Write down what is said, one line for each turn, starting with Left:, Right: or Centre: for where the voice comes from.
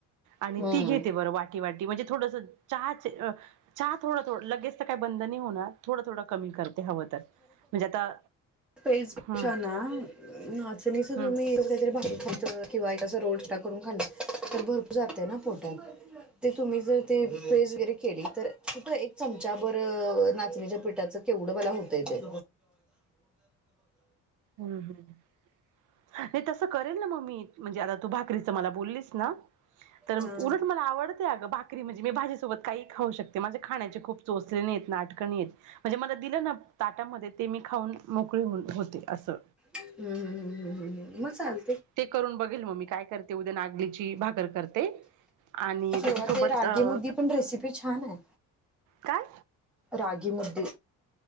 Right: आणि
Centre: हम्म
Right: ती घेते बरं वाटी वाटी म्हणजे थोडस हा थोडं थोडं लगेच तर काही बंधन होणार थोडं थोडं कमी कर ते हवं तर म्हणजे आता
Centre: पेस पेक्षा
Right: हम्म
Centre: ना नाचणीच तुम्ही
Right: हम्म
Centre: काहीतरी भाकी खात किंवा रोडा करून खाल्ला तर भरपूर जातय ना पोटात. ते तुम्ही जर ते पेस वगैरे केली तर तु एक चमचा बर नाचणीच्या पीठाच केवढं बला होतंये ते.
Right: हम्म हम्म ये तस करेल ना मम्मी म्हणजे आता तू भाकरी मला बोललीस ना तर
Centre: हा.
Right: उलट मला आवडते अगं भा करी म्हणे मी भाजीसोबत काही खाऊ शकते माझे खाण्याचे खप चोचले नाहीत नाटक नाहीत म्हणजे मला दिलं ना ताटामध्ये ते मी खाऊन मोकळी होते असं.
Centre: हम्म हम्म हम्म हम्म हम्म हम म चाल
Right: ते करून बघेल मग मी काय करते उद्या नागलीची भाकर करते. आणि
Centre: किव्हा
Right: त्याच्यासोबत
Centre: ते रागी
Right: अ
Centre: मुदी पण रेसिपी छान आहे.
Right: काय
Centre: रागीमुद्दी.